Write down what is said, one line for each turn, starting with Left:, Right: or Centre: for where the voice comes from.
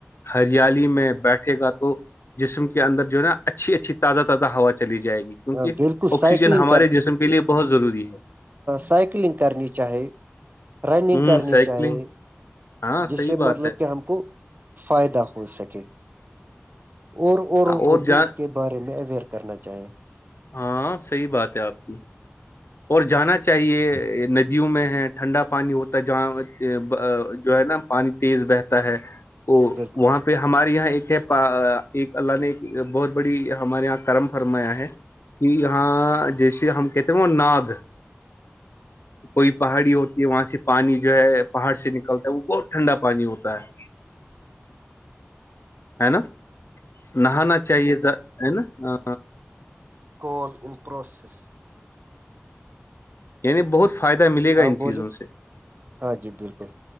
Left: ہریالی میں بیٹھے گا تو جسم کے اندر جو ہے نا اچھی اچھی تازہ تازہ ہوا چلی جائے گی کیونکہ
Right: ہاں بالکل سائیکلنگ
Left: آکسیجن ہمارے جسم کے لیے بہت ضروری ہے
Right: سائکلنگ کرنی چاہے رننگ
Left: ہوں
Right: کرنی
Left: سائیکلنگ
Right: چاہے
Left: ہاں
Right: جس
Left: صحیح
Right: سے
Left: بات
Right: مطلب
Left: ہے
Right: کہ ہم کو فائدہ ہو سکے اور اوروں
Left: اور
Right: کو بھی
Left: جان
Right: اس کے بعد بارے میں اویئر کرنا چاہییں
Left: ہاں صحیح بات ہے آپ کی اور جانا چاہیے ندیوں میں ہے ٹھنڈا پانی ہوتا ہے جہاں جو ہے نا پانی تیز بہتا ہے وہ
Right: بالکل
Left: وہاں پہ پھر ہمارے یہاں ایک ہے ایک اللہ نے ایک بہت بڑی ہمارے یہاں کرم فرمایا ہے کہ یہاں جیسے ہم کہتے وہ ناگ کوئی پہاڑی ہوتی ہے وہاں سے پانی جو ہے پہاڑ سے نکلتا ہے وہ بہت ٹھنڈا پانی ہوتا ہے ہے نا نہانا چاہیے ہے نا
Right: کال ان پرروسیس
Left: یعنی بہت فائدہ ملے گا
Right: ہاں
Left: ان
Right: بولی
Left: چیزوں سے
Right: ہاں جی بالکل